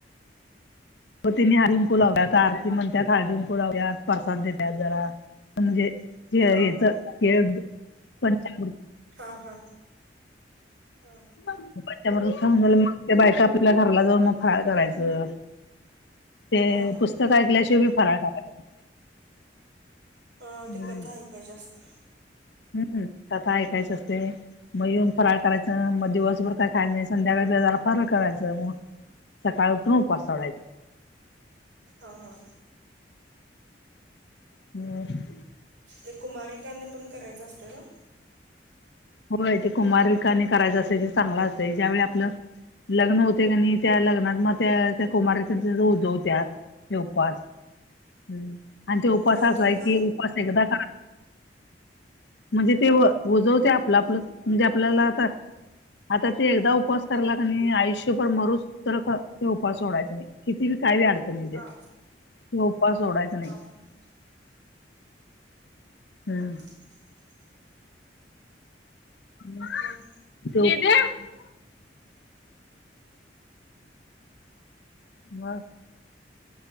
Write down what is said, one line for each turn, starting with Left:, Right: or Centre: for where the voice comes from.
Left: तनी हळदीकुंकू लावत्यात, आरती म्हणतात हळदीकुंकू लावत्यात प्रसाद देतात जरा. म्हणजेेत
Right: हा हा
Left: के पंचाकृती
Right: हा हा हा
Left: <inaudible> मग त्या बायका आपल्या घराला जाऊन मग फराळ करायचं. ते
Right: हा
Left: पुस्तक ऐकल्याशिवाय फराळ करायचं
Right: अ
Left: हम्म
Right: ती कथा ऐकायची असत्या.
Left: हम्म कथा ऐकायचं असते. मग येऊन फराळ करायचं मग दिवसभर काय खायच नाही संध्याकाळी जरा फराळ करायचं मग सकाळ उठून उपवास सोडायचा.
Right: हा हा
Left: <unintelligible>
Right: ते कुमारिकानी पण करायचं असतं ना.
Left: होय ते कुमारिकाणी करायचं असे ते चांगलं असतं ज्यावेळी आपलं लग्न होते क त्या लग्नात मग त्या त्या कुमारिकेच उजवत्यात. ते उपास हम्म आणि ते उपास
Right: उजवतात
Left: असा आहे कि
Right: का
Left: उपास एकदा म्हणजे ते उजवते आपलं आपलं म्हणजे आपल्याला आता- आता ते एकदा उपवास करला का नाही आयुष्यभर मरोस- सरत ते उपास सोडायच नाही, किती बी काय बी अडचणी येऊ दे,
Right: हा
Left: ते उपास सोडायच नाही.
Right: <inaudible>
Left: हम्म
Right: <inaudible>
Left: <unintelligible>
Right: मग
Left: बर